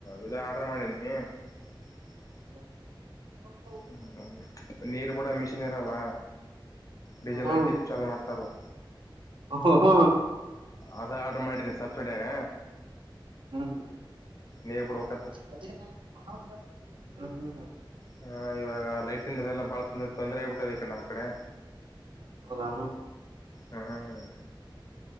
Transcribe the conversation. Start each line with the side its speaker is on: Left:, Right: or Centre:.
Left: ಇದ ಆರ್ಡರ್ ಮಾಡೀನಿ ಹ <unintelligible>
Right: ಜನ
Left: ಹ್ಮ ನೀರ್ ಬೂಡ ಮಶ ನ್ ಇರಲ್ಲ ಡೀಸೆಲ್
Right: ಹ್ಮ್
Left: ಹಾಕಿಷ್ಟು ಚಾಲು ಮಾಡ್ತಾರಲ್ಲ
Right: ಹ ಹ
Left: ಅದೇ ಆರ್ಡರ್ ಮಾಡಿದೀನಿ ಸಬ್ಸಿಡಿಯಗ
Right: ಹ್ಮ್ ಹ್ಮ್
Left: ನೇರ್ಪಡೋ <unintelligible>
Right: ಅ ಹ್ಮ ಹ್ಮ್ <unintelligible>
Left: ಹಾ ಇವಾಗ ಲೈಟಿಂದದೆಲ್ಲ ಬಾಳ ತೊಂದರೆ ಆಗಗ್ಬಿಟ್ಟ್ ಈ ಕಡೆ ನಮ್ಮ್ ಕಡೆ
Right: ಹೌದಾನು
Left: ಹ್ಮ್